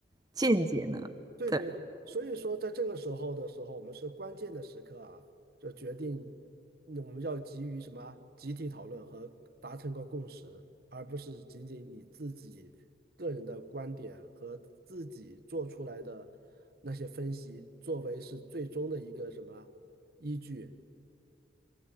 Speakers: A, on the right (about 20°); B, on the right (about 50°).
A: 见解呢？
B: 对对对，
A: 对。
B: 所以说在这个时候的时候，我们是关键的时刻啊，就决定那我们要急于什么集体讨论和达成个共识，而不是仅仅你自己个人的观点和自己做出来的那些分析作为是最终的一个什么依据。